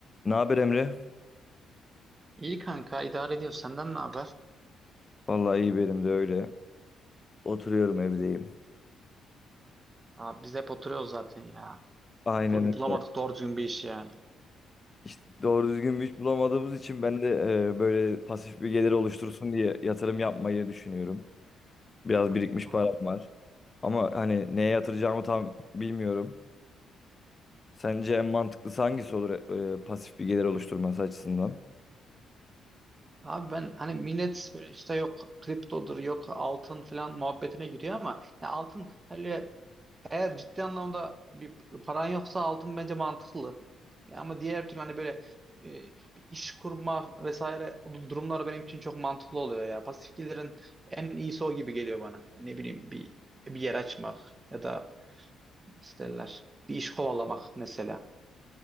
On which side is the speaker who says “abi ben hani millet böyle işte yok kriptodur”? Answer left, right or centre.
Right